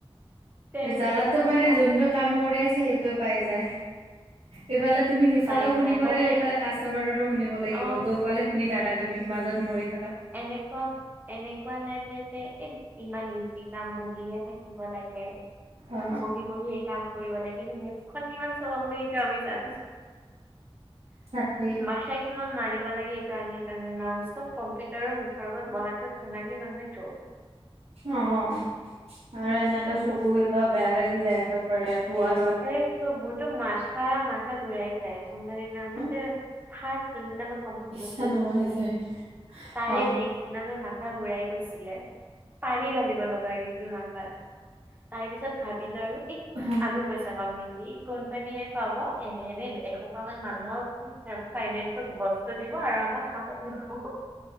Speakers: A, on the right (about 20°); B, on the right (about 80°).
A: তেনেকোৱা।
B: জ্বালাতো মানে যোনটো কাম কৰি আছে সেইটো পাই যায় ইফালে তুমি সিফালেও
A: পাই
B: শুনিব
A: যায় মানে
B: লাগিব এইফালে কাষ্টমাৰৰো শুনিব লাগিব
A: অ
B: দফালে শুনি থাকা তুমি মাজত মৰি থাকা।
A: এনেক এনেকুৱা লাগে যে এ ইমান ইজি কাম বহি হে। থাকিব লাগে
B: অ
A: আৰু বহি বহি কাম কৰিব লাগে কিন্তু মুখখন কিমান চলাব লাগে এতিয়া আমি জানো।
B: তাকেই
A: মাথাই কিমান মাৰিব লাগে সেইকানে। আমি কাৰণে নন ষ্টপ কম্পিউটাৰৰ মুখৰ আগত বহা ধেমালি নহয়তো।
B: অ অ আৰু এনেকা
A: এনেকুৱা
B: চকু কেইটাও বেয়া লাগি যায় একেবাৰে ধুৱা
A: এইটো মোৰতো মাথা মাথা ঘুৰাই যায় পোন্ধৰ দিনতে,
B: অ
A: ফাৰ্ষ্ট মই যোনদিনা কামত গৈছিলোঁ
B: মাথা নোহোৱা হৈ‌ যায়।
A: তাৰে
B: অ
A: নেক্ট দিনা মে মাত মাথা ঘুৰাই গৈছিলে পানী ঢালিব লগা হৈ গৈছিল মাথাত আহি পিছত ভাবিলো আৰু এই
B: অ
A: আমি পইচা পায় নেকি কোম্পানীয়ে পাব এনে এনে এসোপ মান মানুহৰ ফাইনেস বস্। টো দিব আৰু আমাক কামত লগাব